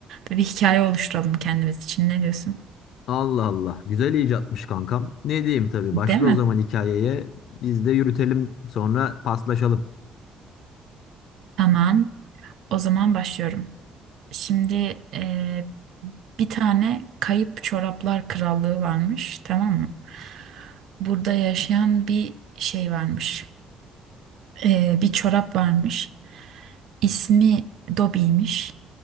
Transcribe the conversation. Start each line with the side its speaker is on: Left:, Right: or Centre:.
Right: Böyle bir hikaye oluşturalım kendimiz için. Ne diyorsun?
Left: Allah Allah. Güzel icatmış kankam. Ne diyeyim tabii.
Right: Değil
Left: Başla
Right: mi?
Left: o zaman hikayeye. Biz de yürütelim. Sonra paslaşalım.
Right: Tamam. O zaman başlıyorum. Şimdi e, bir tane kayıp çoraplar krallığı varmış tamam mı? Burada yaşayan bir şey varmış. e, bir çorap varmış. İsmi Dobby'ymiş.